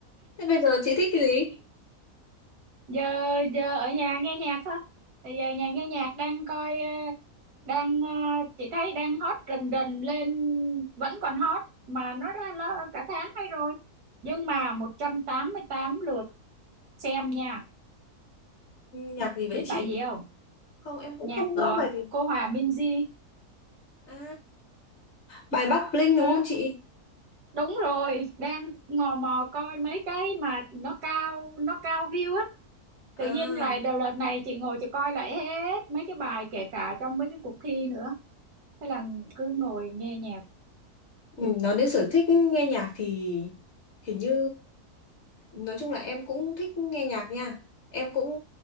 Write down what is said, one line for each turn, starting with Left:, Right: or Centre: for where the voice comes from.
Left: Thế bây giờ chị thích cái gì?
Right: giờ giờ ở nhà nghe nhạc thôi thì giờ nhà nghe nhạc đang coi ờ, đang ờ, chị thấy đang hot rình rình lên vẫn còn hot mà nó ra là cả tháng nay rồi nhưng mà 188 lượt xem nha
Left: Nhạc gì vậy
Right: biết
Left: chị?
Right: bài gì không
Left: Không, em cũng
Right: nhạc
Left: không
Right: của
Left: rõ bài gì.
Right: cô Hòa Minzy
Left: À, bài Bắc Bling đúng
Right: Ờ,
Left: không chị?
Right: đúng rồi đang mò mò coi mấy cái mà nó cao nó cao view á
Left: À.
Right: tự nhiên lại đầu đợt này chị ngồi chị coi lại hết mấy cái bài kể cả trong mấy cái cuộc thi nữa thế là cứ ngồi nghe nhạc
Left: Ừ, nói đến sở thích nghe nhạc thì hình như nói chung là em cũng thích nghe nhạc nha em cũng